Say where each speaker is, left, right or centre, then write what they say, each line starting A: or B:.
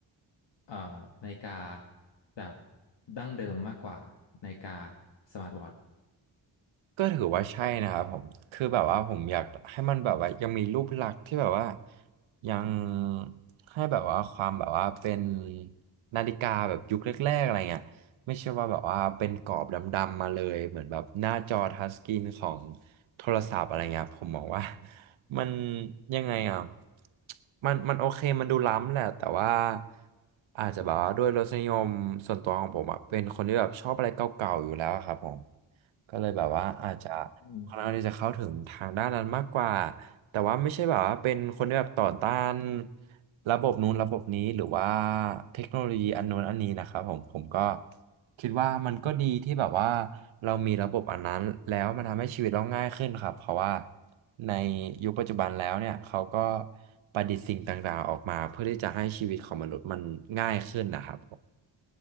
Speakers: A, on the left; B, on the right.
A: เอ่อนาฬิกาแบบดั้งเดิมมากกว่านาฬิกาสมาร์ทวอทช์
B: ก็ถือว่าใช่นะครับผมคือแบบว่าผมอยากให้มันแบบว่ายังมีรูปลักษณ์ที่แบบว่ายังให้แบบว่าความแบบว่าเป็นนาฬิกาแบบยุคแรกๆอะไรเงี้ยไม่ใช่ว่าแบบว่าเป็นกรอบดำๆมาเลยเหมือนแบบหน้าจอทัชสกรีนของโทรศัพท์อะไรเงี้ยผมมองว่า <laughs> มันยังไงอ่ะมันมันโอเคมันดูล้ำแหละแต่ว่าอาจจะแบบว่าด้วยรสนิยมส่วนตัวของผมอ่ะเป็นคนที่แบบชอบอะไรเก่าๆอยู่แล้วครับผม ก็เลยแบบว่าอาจจะ
A: อืม
B: ค่อนข้างที่จะเข้าถึงทางด้านนั้นมากกว่าแต่ว่าไม่ใช่แบบว่าเป็นคนที่แบบต่อต้านระบบนู้นระบบนี้หรือว่าเทคโนโลยีอันนู้นอันนี้นะครับผมผมก็คิดว่ามันก็ดีที่แบบว่าเรามีระบบอันนั้นแล้วมันทำให้ชีวิตเราง่ายขึ้นครับเพราะว่าในยุคปัจจุบันแล้วเนี่ยเขาก็ประดิษฐ์สิ่งต่างๆออกมาเพื่อที่จะให้ชีวิตของมนุษย์มันง่ายขึ้นนะครับผม